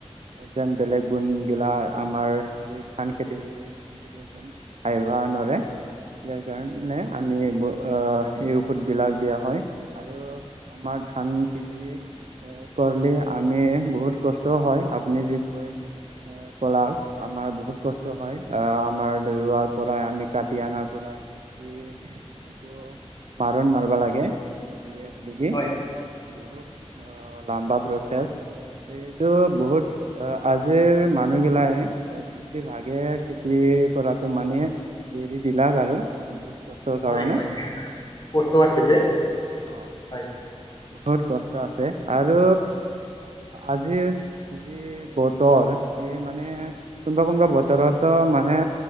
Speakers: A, on the right; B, on the left.
A: যেন বেলেগ গুন গিলা আমাৰ যে ধান খেতি ধান খেতি যেন আহ <unintelligible> বা নোৱাৰে ইয়াৰ কাৰণে আমি ব আহ সুট বিলাক দিয়া হয় আৰু আমাৰ ধান খেতি। এ কৰিলে আমি বহুত কষ্টও হয় আ পুনি যে কৈ কলা আমাৰ বহুত কষ্ট হয় আহ আমাৰ ৰুৱাৰ পৰা। আমি কাটি আনাৰ পৰা ই এইটো মাৰণ মাৰিবা লাগে। ই
B: হয়
A: বহুত <unintelligible> অ লাম্বা প্ৰচেছ, এইটো বহুত অ আজিৰ মানুহগিলাই বেছিভাগে খেতি কৰাতটো মানে এৰি দিলাক আৰু বহুত কষ্টৰ কাৰণে
B: হয় হয় মানে কষ্ট আছে
A: হয়
B: যে
A: অ
B: হয়।
A: বহুত কষ্ট আছে আৰু আজিৰ যি বতৰ এই মানে কোনোবা কোনবা বতৰতো মানে